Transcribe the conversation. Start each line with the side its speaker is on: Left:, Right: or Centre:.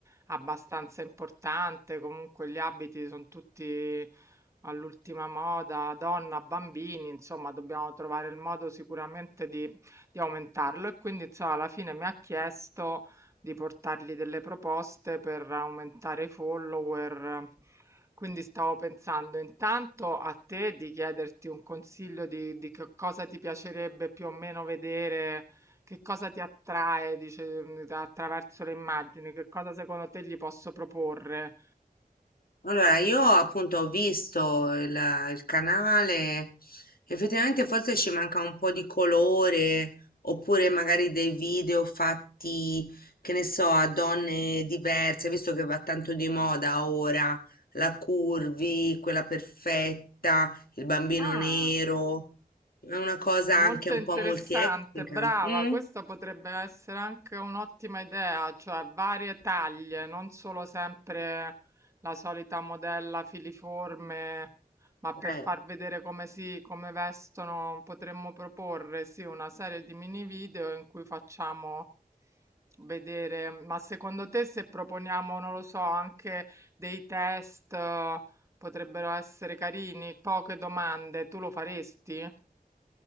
Right: abbastanza importante, comunque gli abiti sono tutti All'ultima moda, donna, bambini, insomma, dobbiamo trovare il modo sicuramente di, di aumentarlo. E quindi, insomma, alla fine mi ha chiesto di portargli delle proposte per aumentare i follower. Quindi stavo pensando intanto a te di chiederti un consiglio di, di che cosa ti piacerebbe più o meno vedere, che cosa ti attrae, dice, attraverso le immagini, che cosa secondo te gli posso proporre.
Left: Allora, io appunto ho visto il, il canale, effettivamente forse ci manca un po' di colore, oppure magari dei video fatti, che ne so, a donne diverse, visto che va tanto di moda ora, la curvy, quella perfetta, il bambino
Right: Ah.
Left: nero, è una cosa
Right: Molto
Left: anche un
Right: interessante,
Left: po' multietnica.
Right: brava,
Left: Mm?
Right: questa potrebbe essere anche un'ottima idea, cioè varie taglie, non solo sempre la solita modella filiforme, ma per
Left: Eh.
Right: far vedere come si, come vestono, potremmo proporre, sì, una serie di mini video in cui facciamo vedere, ma secondo te se proponiamo, non lo so, anche dei test, eh, potrebbero essere carini, poche domande, tu lo faresti?